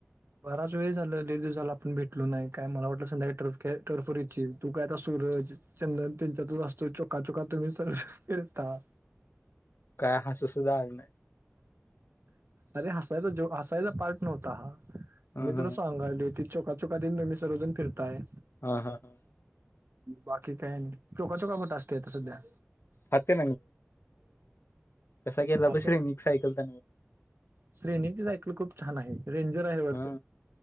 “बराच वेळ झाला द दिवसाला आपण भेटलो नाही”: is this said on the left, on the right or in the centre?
Right